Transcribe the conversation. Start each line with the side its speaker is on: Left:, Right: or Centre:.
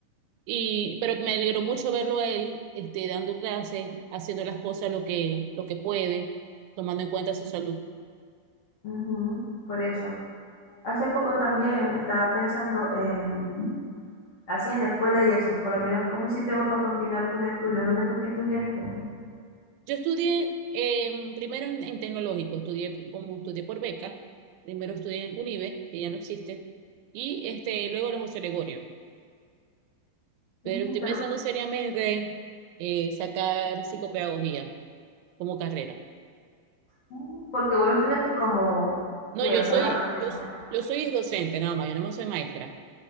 Right: Y, pero me alegró mucho verlo a él, este, dando clases, haciendo las cosas lo que, lo que puede, tomando en cuenta su salud.
Left: Ujú, Por eso. Hace poco también estaba pensando en, así en la escuela y eso, por lo menos, ¿cómo hiciste vos para continuar tus estudios? ¿Dónde fue que estudiaste?
Right: Yo estudié eh, primero en, en tecnológico, estudié como estudié por beca, primero estudié en el CUNIVE, que ya no existe, y este, luego en la José Gregorio. pero
Left: Mm,
Right: estoy
Left: pero,
Right: pensando seriamente eh, sacar psicopedagogía como carrera.
Left: mm, porque vos lo estudiaste como,
Right: No,
Left: ¿qué?
Right: yo
Left: O sea,
Right: soy,
Left: una participación.
Right: yo, yo soy docente nada más, yo no me soy maestra,